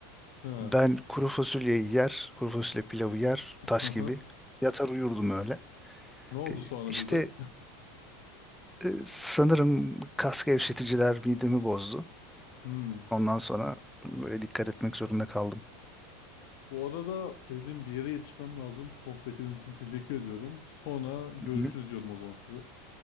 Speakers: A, on the left; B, in the centre.
A: Ha.
B: Ben kuru fasulyeyi yer, kuru fasulye pilavı yer, taş
A: Hı hı.
B: gibi. Yatar uyurdum öyle.
A: Ne oldu
B: Ee,
A: sonra
B: İşte
A: birden?
B: e, sanırım kas gevşeticiler midemi bozdu.
A: <laughs> Hmm.
B: Ondan sonra böyle dikkat etmek zorunda kaldım.
A: Bu arada benim bir yere yetişmem lazım. Sohbetiniz için teşekkür ediyorum. Sonra görüşürüz
B: Hı hı.
A: diyorum o zaman size.